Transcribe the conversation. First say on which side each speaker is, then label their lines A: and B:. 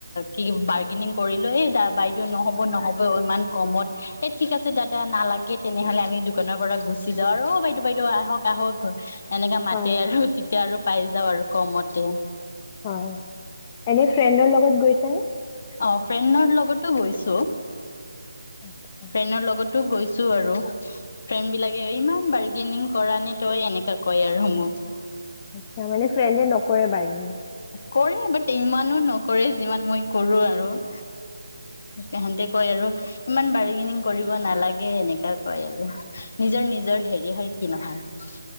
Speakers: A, on the left (about 45°); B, on the left (about 20°).
A: কি, বাৰ্গেনিং কৰিলো এই দা বাইদেউ নহ'ব নহ'ব ইমান কমত এই ঠিক আছে দাদা নালাগে- তেনেহলে আমি দোকানৰ পৰা গুচি যাওঁ ৰ বাইদেউ বাইদেউ আহক আহক- এনেকা মাতে
B: হয়
A: আৰু তেতিয়া আৰু- পাই যাওঁ আৰু কমতে।
B: হয়, এনে ফ্ৰেণ্ডৰ লগত গৈছানে?
A: অ ফ্ৰেণ্ডৰ লগতো গৈছো।
B: আচ্ছা।
A: ফ্ৰেণ্ডৰ লগতো গৈছে- আৰু ফ্ৰেণ্ড বিলাকে ইমান বাৰ্গেনিং কৰা নে তই এনেকা কয় আৰু মোক।
B: আচ্ছা, মানে ফ্ৰেণ্ড ন- কৰে বাৰ্গেইনিং।
A: কৰে, বাট ইমানো নকৰে যিমান মই কৰো আৰু- সিহতে কয় আৰু ইমান বাৰ্গেনিং কৰিব নালাগে এনেকা কয় আৰু, নিজৰ নিজৰ হেৰি হয় কি নহয়,